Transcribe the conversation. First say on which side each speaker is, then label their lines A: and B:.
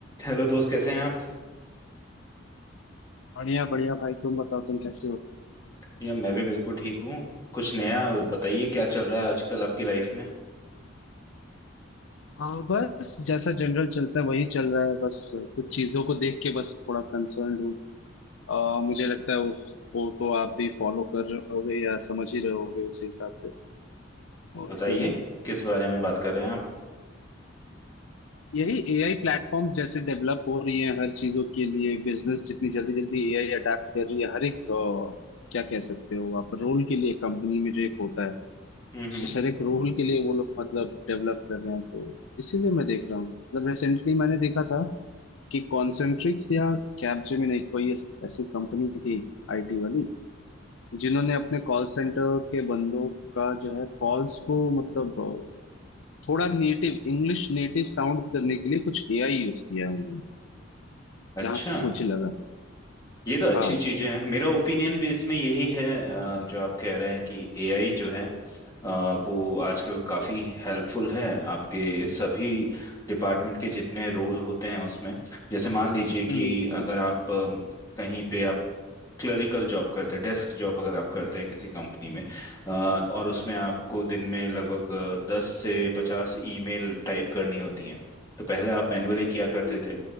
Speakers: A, on the left; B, on the left.
A: Hello दोस्त कैसे हैं आप
B: बढ़िया बढ़िया भाई तुम बताओ तुम कैसे हो
A: या मैं भी बिल्कुल ठीक हूँ कुछ नया बताइए क्या चल रहा है आजकल आपकी लाइफ में
B: हाँ बस जैसा जनरल चलता है वही चल रहा है बस कुछ चीजों को देख के बस थोड़ा कंसर्न हूँ अ, मुझे लगता है उस वो तो आप भी फॉलो कर रहे होगे या समझ ही रहे होगे उसी हिसाब से और
A: बताइए
B: इसीलिए
A: किस बारे में बात कर रहे हैं आप
B: यही एआई प्लेटफॉर्म्स जैसे डेवलप हो रही हैं हर चीजों के लिए बिजनेस जितनी जल्दी जल्दी एआई अडेप्ट कर रही है हर एक अ, क्या कह सकते हो आप रोल के लिए कंपनी में जो एक होता है
A: हम्म हम्म
B: उस हर एक रोल के लिए वो लोग मतलब डेवलप कर रहे हैं तो इसीलिए मैं देख रहा हूँ मतलब रिसेंटली मैंने देखा था कि कॉन्सेंट्रिक्स या कैपजेमिनी कोई ऐस- ऐसी कंपनी थी आईटी वाली जिन्होंने अपने कॉल सेंटर के बंदों का जो है कॉल्स को मतलब अ, थोड़ा नेटिव इंग्लिश नेटिव साउंड करने के लिए कुछ एआई यूज किया है उन्होंने
A: अच्छा
B: जहां तक मुझे लगा
A: ये तो अच्छी
B: हाँ
A: चीज है मेरा ओपिनियन बेस में यही है अ, जो आप कह रहे हैं कि एआई जो है अ, वो आजकल काफी हेल्पफुल है आपके सभी डिपार्टमेंट के जितने रोल होते हैं उसमें जैसे मान लीजिए
B: हम्म
A: कि अगर आप अ, कहीं पे आप क्लरिकल जॉब करते हैं डेस्क जॉब अगर आप करते हैं किसी कंपनी में अ,
B: हम्म,
A: और उसमें आपको दिन में लगभग दस से पचास ईमेल टाइप करनी होती हैं तो पहले आप मैन्युअली किया करते
B: हम्म,
A: थे